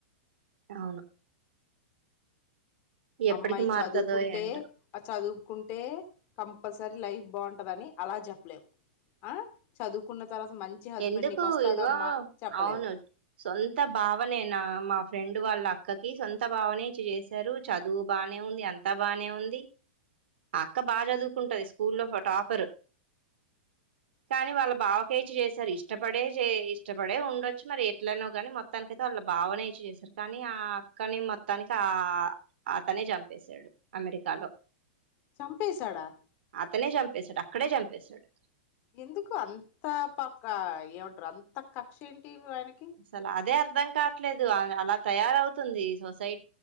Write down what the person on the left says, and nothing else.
అమ్మాయి
చదువుకుంటే
ఆ చదువుకుంటే కంపస్ లైఫ్ బాగుంటదిని అలా చెప్పలేవు అ చదువుకున్న తర్వాత మంచి హస్బెండ్
నీకు వస్తాడమ్మా
చెప్పలేవు
చంపేసడా
ఎందుకు అంత పక్క ఏమంటారు అంత కక్ష ఏం ఏంటి వాడికి